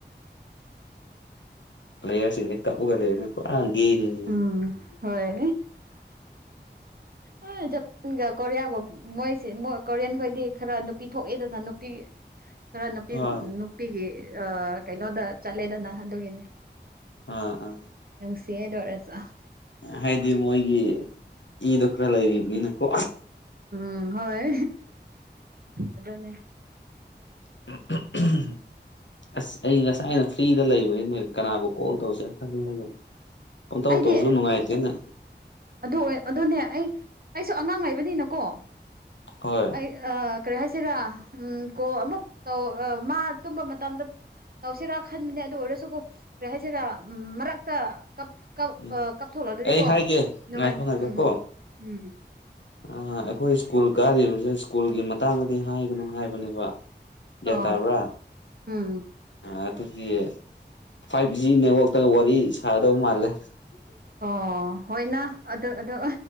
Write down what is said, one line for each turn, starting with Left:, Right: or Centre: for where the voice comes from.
Left: ꯄ꯭ꯂꯦꯌꯥꯔꯁꯤꯡꯗꯤ <unintelligible> ꯄꯨꯔꯥ ꯒꯦꯅꯤꯅꯦ
Right: ꯎꯝ ꯍꯣꯏ
Left: <inaudible>
Right: ꯑ ꯖꯄꯥꯟꯒ ꯀꯣꯔꯤꯌꯥꯒꯨꯝ ꯃꯣꯏꯁꯦ ꯀꯣꯔꯤꯌꯥꯟ ꯈꯣꯏꯗꯤ ꯈꯔ ꯅꯨꯄꯤ ꯊꯣꯛꯑꯦꯗꯅ ꯅꯨꯄꯤ ꯈꯔ ꯅꯨꯄꯤ
Left: ꯍꯣꯏ
Right: ꯅꯨꯄꯤꯒꯤ ꯑꯥ ꯀꯩꯅꯣꯗ ꯆꯠꯂꯦꯗꯅ ꯑꯗꯨꯒꯤꯅꯤ
Left: ꯑꯥ ꯑꯥ
Right: ꯅꯨꯡꯁꯤꯌꯦ ꯑꯗꯨ ꯑꯣꯏꯔꯁꯨ
Left: ꯍꯥꯏꯗꯤ ꯃꯣꯏꯒꯤ ꯏꯗꯣ ꯈꯔ ꯂꯩꯔꯤꯕꯅꯤꯅꯀꯣ
Right: ꯎꯝ ꯍꯣꯏ ꯑꯗꯨꯅꯦ
Left: <unintelligible> ꯑꯁ ꯑꯩ ꯉꯁꯥꯏꯅ ꯐ꯭ꯔꯤꯗ ꯂꯩꯕꯅꯤꯅꯦ ꯀꯅꯥꯕꯨ ꯀꯣꯜ ꯇꯧꯁꯤꯔꯥ ꯈꯜꯂꯒ ꯄꯪ ꯇꯧ
Right: ꯑꯩꯗꯤ
Left: ꯇꯧꯁꯨ ꯅꯨꯡꯉꯥꯏꯇꯦꯅ
Right: ꯑꯗꯨ ꯑꯣꯏ ꯑꯗꯨꯅꯦ ꯑꯩ ꯑꯩꯁꯨ ꯑꯉꯥꯡ ꯂꯩꯕꯅꯤꯅꯀꯣ
Left: ꯍꯣꯏ
Right: ꯑꯩ ꯑ ꯀꯔꯤ ꯍꯥꯏꯁꯤꯔꯥ ꯎꯝ ꯀꯣ ꯑꯃꯨꯛ ꯇꯧ ꯑ ꯃꯥ ꯇꯨꯝꯕ ꯃꯇꯝꯗ ꯇꯧꯁꯤꯔꯥ ꯈꯟꯕꯅꯦ ꯑꯗꯨ ꯑꯣꯏꯔꯁꯨꯒꯣ ꯀꯔꯤ ꯍꯥꯏꯁꯤꯔꯥ ꯎꯝ ꯃꯔꯛꯇ ꯀꯞ ꯀꯞ
Left: ꯎꯝ
Right: ꯑꯥ ꯀꯥꯞꯊꯣꯛꯂꯛꯂꯗꯤꯀꯣ
Left: ꯑꯩ ꯍꯥꯏꯒꯦ
Right: ꯅꯨꯡꯉꯥꯏ
Left: ꯉꯥꯏꯈꯣ ꯉꯥꯏꯈꯣ
Right: ꯎꯝ
Left: ꯀꯣ
Right: ꯎꯝ
Left: ꯑ ꯑꯩꯈꯣꯏ ꯁ꯭ꯀꯨꯜ ꯀꯥꯔꯤꯕꯁꯦ ꯁ꯭ꯀꯨꯜꯒꯤ ꯃꯇꯥꯡꯗꯗꯤ ꯍꯥꯏꯒꯅꯨ ꯍꯥꯏꯕꯅꯦꯕ ꯒ꯭ꯌꯥꯟ
Right: ꯑꯣ
Left: ꯇꯥꯕ꯭ꯔꯥ
Right: ꯎꯝ
Left: ꯑꯗꯨꯗꯤ ꯐꯥꯏꯚ ꯖꯤ ꯅꯦꯠꯋꯥꯛꯇ ꯋꯥꯔꯤ ꯁꯥꯒꯗꯧ ꯃꯥꯜꯂꯦ
Right: ꯑꯣ ꯍꯣꯏꯅ ꯑꯗꯨ ꯑꯗꯨ